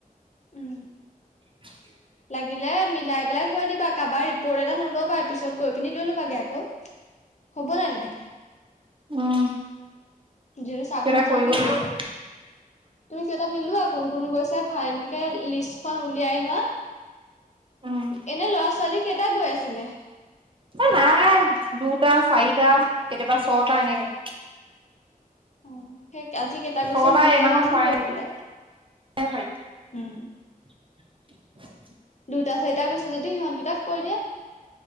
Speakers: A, on the left (about 50°); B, on the right (about 35°).
A: উম
B: <unintelligible>
A: লাগিলে মিলাই পেলাই থৈ দিবা কাৰোবাৰ ৰিপৰ্ট এটা নল'বা পিছত গৈ পিনি লৈ ল'বাগে আকৌ হ'ব নাই তেনেকে।
B: উম
A: যিহেটো চাৰ
B: কিবা
A: হতে নাথাকে
B: কৰিব
A: এতিয়া
B: লাগিব।
A: তুমি কেইটা মিলোৱা কোন কোন গৈছে ভালকে লিষ্টখন উলিয়াই লোৱা
B: উম
A: এনে ল'ৰা ছোৱালী কেইটা গৈ আছিলে?
B: এ নাই দুটা চাৰিটা কেতিয়াবা ছটা এনেকে
A: অ সেই আজি কেইটা গৈছে
B: ছটা
A: উলিয়াই
B: এই মাহত
A: লোৱাচোন
B: হোৱাই
A: লৈ পেলাই
B: নাই চাগে
A: উম
B: <inaudible>
A: দুটা চাৰিটা গৈছে যদি সিহঁতকেইটাক কৈ দিয়া